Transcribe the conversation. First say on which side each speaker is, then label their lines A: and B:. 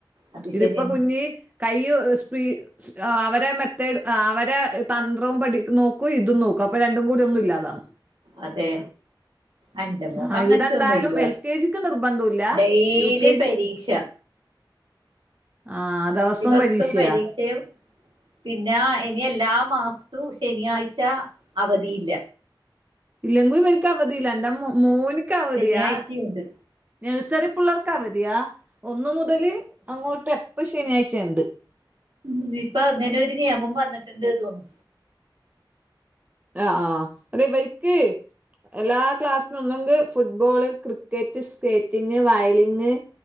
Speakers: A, on the right (about 75°); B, on the right (about 20°).
A: അത്
B: ഇതിപ്പോ
A: ശരിയന്നെ
B: കുഞ്ഞി കൈയ്യ് സ്പീ അവരെ മെത്തേഡ് അവരെ തന്ത്രവും പഠി നോക്കും ഇതും നോക്കും അപ്പ രണ്ടും കൂടി ഒന്നും ഇല്ലാന്നോ
A: അതെ. അന്റെ മോക്ക്
B: ആ,
A: അങ്ങനത്തെ
B: ഇവിടെ എന്തായാലും
A: ഒന്നും ഇല്ല
B: എൽ കെ ജിക്ക് നിർബന്ധമില്ല
A: ഡൈലി
B: യു കെ
A: പരീക്ഷ
B: ജി <inaudible> ആ ദിവസവും
A: ദിവസും
B: പരീക്ഷയാ
A: പരീക്ഷയും, പിന്നെ ഇനി എല്ലാ മാസവും അതു ശനിയാഴ്ച അവധിയില്ല.
B: ഇല്ലെങ്കു ഇവര്ക്ക് അവധിയില്ല. എന്റെ മോന്ക്ക് അവധിയാ
A: ശനിയാഴ്ചയുണ്ട്
B: നഴ്സറി പിള്ളേർക്ക് അവധിയാ. ഒന്നു മുതല് അങ്ങോട്ട് എപ്പ ശനിയാഴ്ചണ്ട്.
A: മ് ഇപ്പൊ അങ്ങനെ ഒരു നിയമം വന്നിട്ടുണ്ട് തോന്നു
B: ആഹ് അല്ലിവര്ക്ക് എല്ലാ ക്ലാസ്സിനൊന്നെങ്കി ഫുട്ബോള്, ക്രിക്കറ്റ്, സ്കേറ്റിങ്, വയലിങ്